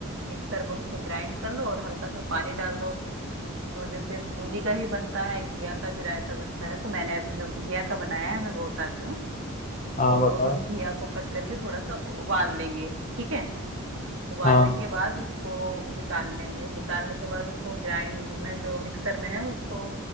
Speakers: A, on the right; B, on the left.
A: मिक्सर में उसको ग्राइंड कर लो और हल्का सा पानी डाल दो तो जैसे बूंदी का भी बनता है घिया का भी रायता बनता है तो मैंने अभी जो घिया का बनाया है मैं वो बताती हूँ
B: हाँ
A: तो
B: बताओ
A: हम घिया को कट करके थोड़ा सा उबाल लेंगे ठीक है उबालने
B: हाँ
A: के बाद उसको निकाल लेंगे निकालने के बाद उसको ग्राइंड में जो मिक्सर में है उसको